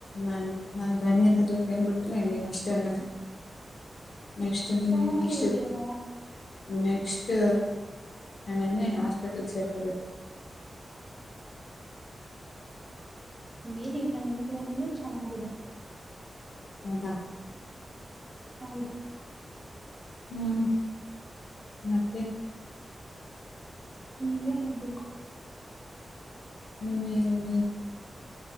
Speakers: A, on the left; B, in the centre.
A: ನಾನ್ ನನ್ ಧ್ವನಿ ಏನಾದ್ರು ಕೇಳ್ಬಿಟ್ರೆ ನೀವ್ ಅಷ್ಟೇ ಅನ್ನದು ನೆಕ್ಸ ಹಿಂದ
B: ಚೆನ್ನಾಗೇ
A: ನೆಕ್ಸ್
B: ಇದೆಯಲ್ಲ
A: ನೆಕ್ಸ್ಟ್ ನಣನೆ ಹಾಸ್ಪಿಟ್ಲ್ ಸೇರ್ಕ
B: ಏನಿಲ್ಲ ನಿಮ್ದ್ವ ನೀನುೂ ಚೆನ್ನಾಗಿದೆ
A: ಹೌದಾ
B: ಹೌದು
A: ಹ್ಮ್ ಮತ್ತೆ
B: ನೀವೇ ಹೇಳ್ಬೇಕು
A: ಹ್ಮ್ ಹ್ಮ್ ಹ್ಮ್